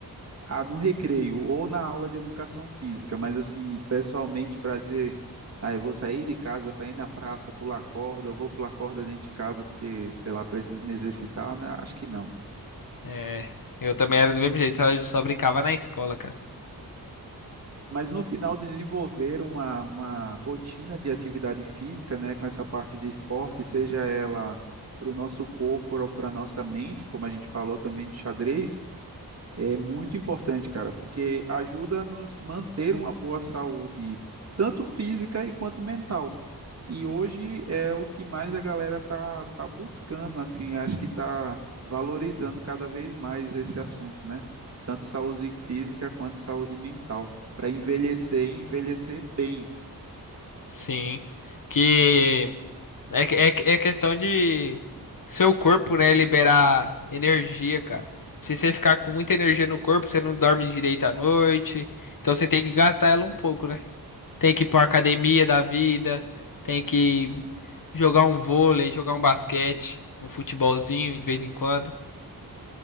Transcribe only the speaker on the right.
ah, no recreio ou na aula de educação física, mas assim, pessoalmente para dizer, ah, eu vou sair de casa para ir na praça pular corda, eu vou pular corda dentro de casa porque, sei lá, preciso me exercitar, né? Acho que não.
mas no final desenvolveram uma, uma rotina de atividade física, né, com essa parte de esporte, seja ela para o nosso corpo ou para a nossa mente, como a gente falou também de xadrez, é muito importante, cara, porque ajuda a nos manter uma boa saúde, tanto física e quanto mental. E hoje é o que mais a galera tá, tá buscando, assim, acho que tá valorizando cada vez mais esse assunto, né? Tanto saúde física quanto saúde mental, para envelhecer e envelhecer bem.